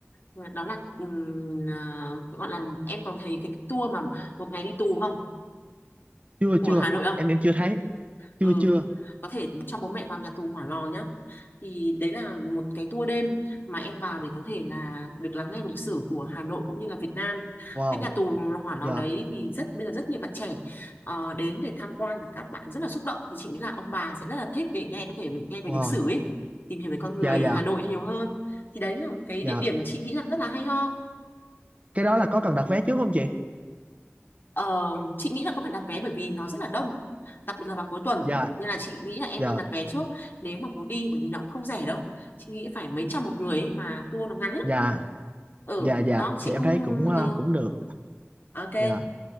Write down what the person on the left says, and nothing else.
Và đó là ừm, à, gọi là em còn thấy cái tour mà một ngày đi tù không
của
Hà Nội không?
Ừ,
có thể cho bố mẹ vào nhà tù Hỏa Lò nhá. Thì đấy là một cái tour đêm mà em vào để có thể là được lắng nghe lịch sử của Hà Nội cũng như là Việt Nam.
Cái nhà tù Hỏa Lò
đấy thì rất bây giờ rất nhiều bạn trẻ ờ, đến để tham quan các bạn rất là xúc động thì chị nghĩ là ông bà sẽ rất là thích để nghe có thể nghe về
lịch sử ấy, tìm hiểu về con người
Hà Nội nhiều hơn. Thì đấy là một cái
địa điểm mà chị nghĩ là rất là hay ho.
Ờ, chị nghĩ là có phải đặt vé bởi vì nó rất là đông đặc biệt là vào cuối tuần
nên là chị nghĩ là em
nên đặt vé trước nếu mà muốn đi bởi vì nó cũng không rẻ đâu chị nghĩ phải mấy trăm một người ấy mà tour nó ngắn lắm
ừ
đó chị
không
ừ
ok